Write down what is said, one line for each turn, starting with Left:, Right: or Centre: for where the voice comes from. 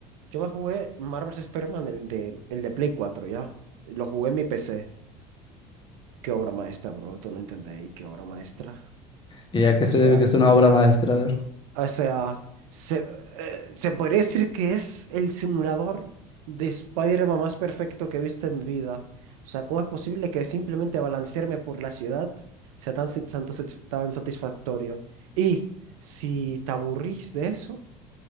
Right: yo me jugué Marvel's Spider-Man, el de, el de Play cuatro ¿ya? Lo jugué en mi PC. Qué obra maestra, bro. Tú no entendéis, qué obra maestra.
Left: ¿Y a qué
Right: O
Left: se
Right: sea,
Left: debe que es una obra maestra? A ver.
Right: O sea, se, eh, se podría decir que es el simulador de Spider-Man más perfecto que he visto en mi vida. O sea, ¿cómo es posible que simplemente balancearme por la ciudad sea tan, sit- tan, tan satisfactorio? Y si te aburrís de eso,